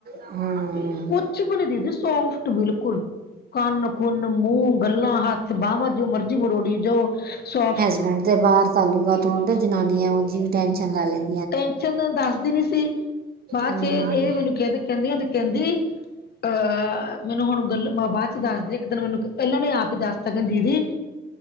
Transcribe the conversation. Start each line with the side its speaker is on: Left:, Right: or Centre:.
Right: ਹਮ
Left: ਤੇ ਕੁਛ ਵੀ ਨੀ ਦੀਦੀ, ਸੋਫਟ ਬਿਲਕੁਲ। ਕੰਨ - ਕੁੁੰਨ, ਮੂੰਹ, ਗੱਲਾਂ, ਹੱਥ, ਬਾਹਵਾਂ ਜੋ ਮਰਜ਼ੀ ਮਰੋੜੀ ਜਾਓ ਸੋਫਟ
Right: ਲੈਣ ਦੇ ਬਾਹਰ ਤਾਨੂੰ ਪਤਾ, ਹੋਣ ਤੇ ਜਨਾਨੀਆਂ ਉਂਝ ਵੀ ਟੈੈਂਸ਼ਨ ਲੈ ਲੈਂਦੀ।
Left: ਟੈਨਸ਼ਨ ਦੱਸਦੀ ਨੀ ਸੀ। ਬਾਅਦ
Right: ਹਮ
Left: 'ਚ ਇਹ-ਇਹ ਮੈਨੂੰ ਤੇ ਕਹਿੰਦੀ, ਕੈਂਦੀ ਅਹ, ਮੈਨੂੰ ਹੁਣ ਗੱਲ ਮੈਂ ਬਾਅਦ 'ਚ ਦੱਸਦੀ। ਇੱਕ ਦਿਨ ਮੈਨੂੰ ਪਹਿਲਾਂ ਨੇ, ਆਪ ਹੀ ਦੱਸ ਤਾ ਦੀਦੀ